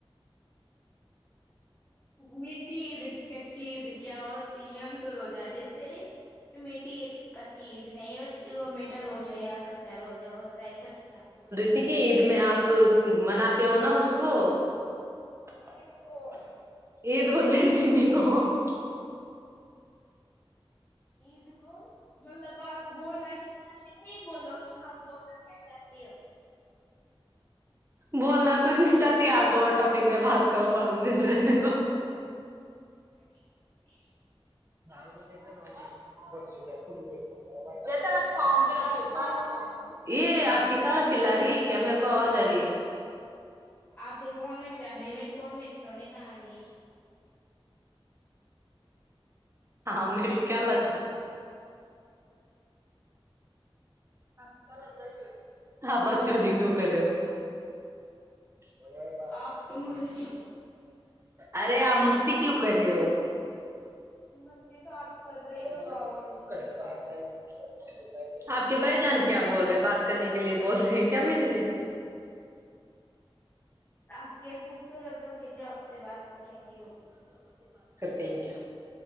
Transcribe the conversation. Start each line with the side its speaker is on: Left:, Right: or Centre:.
Left: میٹھی عید کچی عید کیا ہوتی ہے ہم تو روزہ دیتے ہی یہ میٹھی عید کچی عید نہیں میٹھا روزہ ہے یا کچا روزہ ہوتا ہے کٹھا
Right: کیوں کی عید میں آپ مناتے ہو نا اس کو <unintelligible>
Left: اس کو عید کو مطلب آ بولنا کیا چاہتے ہے بولو نا بولو نا کیا چاہتی ہو
Right: بولنا کچھ نہیں چاہتی آپ تو ٹاپک میں بات کرو بڑ کو
Left: بق <unintelligible>
Right: <unintelligible>
Left: آپ کو
Right: یہ آپ کی خالہ چلا رہی ہے کیا میرے کو آواز آ رہی ہے
Left: آپ کے فون میں سے آ رہے ہیں میرے فون میں سے تھوڑی نہ آ رہی ہے
Right: ہاں میری خالہ چلرا <unintelligible> ہ باگ چودی کیوں کر رہے ہو اور
Left: آپ تو مجھے
Right: ارے آپ مستی کیوں کر رہے ہو
Left: مستی تو آپ کر رہے ہو
Right: م
Left: باؤل
Right: کھی بات ہے <unintelligible> آپ کے بھائی جان کیا بول رہے بات کرنے کے لیے بول رہے ہیں کیا میرے سے
Left: آپ کیا خوبصورت ہو کہ جو آپ سے بات کریں گے وہ
Right: تھینک یو